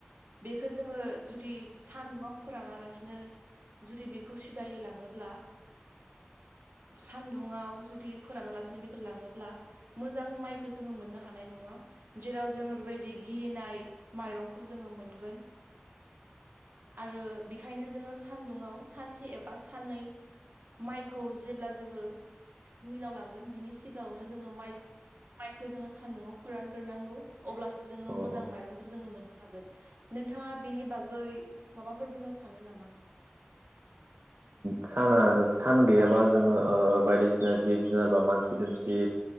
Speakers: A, on the right; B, on the right.
A: बेखो जोंङो जुदि सानदुं आव फोरानालासिनो जुदि बेखौ दायै लाङोब्ला सान्दुङआव जुदि फोरानालासिनो बेखो लाङोब्ला मोजां माइखो जोंङो मोननो हानाय नङा जेराव जोंङो बेबायदि गिलिनाय माइरंखौ जोंङो मोनगोन आरो बेखायनो जोंङो सानदुंङाव सानसे ए बा साननै माइखौ जेब्ला जोङो मिलावलांगोन बिनि सिगाङावनो जोङो माइ माइखौ जोङो सान्दुंआव फोरानग्रोनांगौ अब्लासो जोङो
B: औ
A: मोजां माइरंखौ जोङो मोननो हागोन नोंथाङा बिनि बागै माबाफोर बुंनो सानो नामा
B: साना सान गैयाबा जोङो बायदिसिना जिब जुनार बा मानसि दुमसि